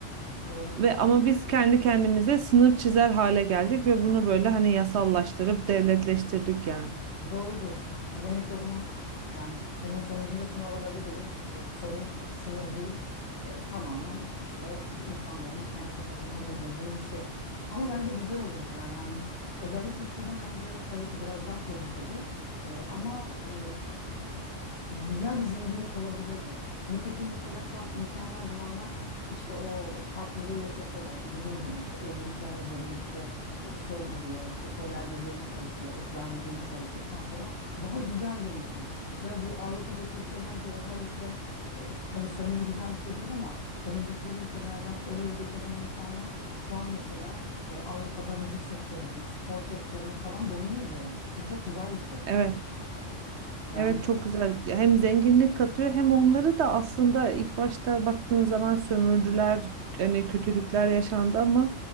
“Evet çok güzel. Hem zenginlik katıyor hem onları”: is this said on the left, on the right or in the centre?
Right